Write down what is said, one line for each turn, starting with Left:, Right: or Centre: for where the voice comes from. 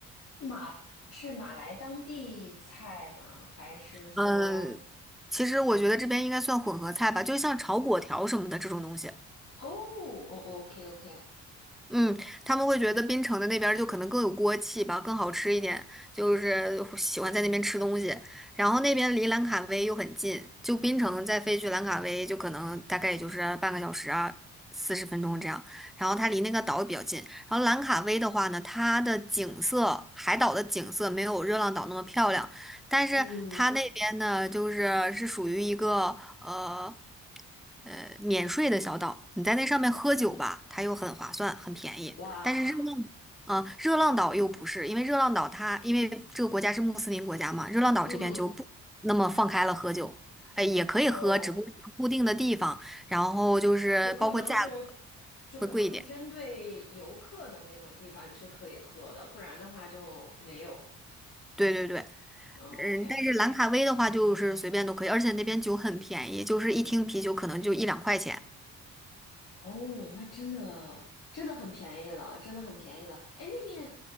Left: 马是马来当地菜吗？还是说
Centre: 嗯，其实我觉得这边应该算混合菜吧，就像炒粿条什么的这种东西。
Left: 哦哦，OK OK，
Centre: 嗯，他们会觉得槟城的那边儿就可能更有锅气吧，更好吃一点，就是喜欢在那边吃东西。然后那边离兰卡威又很近，就槟城再飞去兰卡威，就可能大概也就是半个小时啊，四十分钟这样。然后它离那个岛也比较近。然后兰卡威的话呢，它的景色，海岛的景色没有热浪岛那么漂亮，但是它那边呢，
Left: 嗯，
Centre: 就是是属于一个呃。呃免税的小岛，你在那上面喝酒吧，它又很划算，很便宜。
Left: 哇，
Centre: 但是热浪，啊、热浪岛又不是，因为热浪岛它因为这个国家是穆斯林国家嘛，热浪岛这边就不那么放开了喝酒，
Left: 嗯
Centre: 哎，也可以喝，
Left: 哦，
Centre: 只不过你要固定的地方，然后就是包括价格
Left: 就可能是就可能是针对游客的那种地方，
Centre: 会贵一点。
Left: 你是可以喝的，不然的话就没有。
Centre: 对对对，
Left: 嗯，OK。
Centre: 嗯，但是兰卡威的话就是随便都可以，而且那边酒很便宜，就是一听啤酒可能就一两块钱。
Left: 哦，那真的真的很便宜了，真的很便宜了。哎，那面，